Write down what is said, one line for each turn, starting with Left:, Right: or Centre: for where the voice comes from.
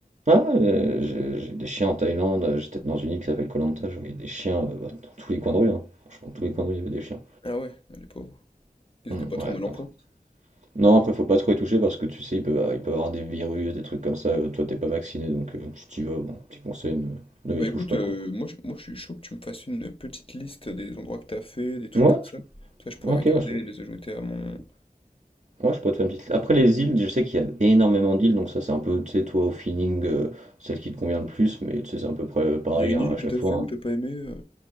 Right: Ah, euh, j'ai j'ai des chiens en Thaïlande, euh, j'étais dans une île qui s'appelle Koh Lanta, je voyais des chiens euh, bah, dans tous les coins de rue, hein. Franchement, tous les coins de rue, il y avait des chiens.
Left: Ah ouais, ah, les pauvres. Ils
Right: Hum,
Left: étaient pas trop
Right: ouais,
Left: mal en
Right: après.
Left: point.
Right: Non, après, faut pas trop y toucher parce que tu sais, il peut, euh, il peut y avoir des virus, des trucs comme ça, euh, toi, t'es pas vacciné, donc euh, si t'y vas, bon, petit conseil, ne, ne les
Left: Bah écoute,
Right: touche pas,
Left: euh,
Right: quoi.
Left: moi, je, moi je suis chaud que tu me fasses une petite liste des endroits que t'as fait, des trucs
Right: Ouais,
Left: comme ça.
Right: je-
Left: Ça, je pourrais
Right: ok,
Left: regarder
Right: je,
Left: et les ajouter à mon.
Right: ouais, je peux te faire une petite. Après, les îles, je sais qu'il y a énormément d'îles, donc ça, c'est un peu, tu sais, toi, au feeling, euh, celle qui te convient le plus, mais tu sais, c'est à peu près pareil
Left: Il y a une
Right: hein,
Left: île
Right: à
Left: que
Right: chaque
Left: t'as
Right: fois,
Left: fait ou
Right: hein.
Left: t'as pas aimé, euh,